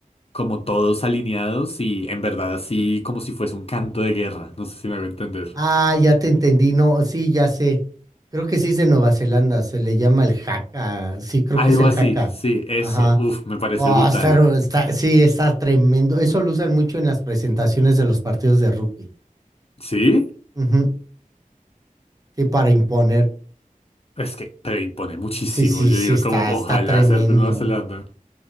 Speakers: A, on the left (about 45°); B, on the right (about 25°).
A: como todos alineados y en verdad así como si fuese un canto de guerra, no sé si me hago entender.
B: Ah, ya te entendí. No, sí, ya sé. Creo que sí es de Nueva Zelanda. Se le llama el haka. Sí, creo
A: Algo
B: que es el
A: así,
B: haka.
A: sí, eso.
B: Ajá.
A: Uf, me parece
B: Oh,
A: brutal.
B: está, ru- está- sí, está tremendo. Eso lo usan mucho en las presentaciones de los partidos de rugby.
A: ¿Sí?
B: Ujú. Sí, para imponer.
A: Es que pero impone muchísimo.
B: Sí, sí,
A: Yo
B: sí,
A: digo
B: está,
A: como, ojalá
B: está tremendo.
A: ser de Nueva Zelanda.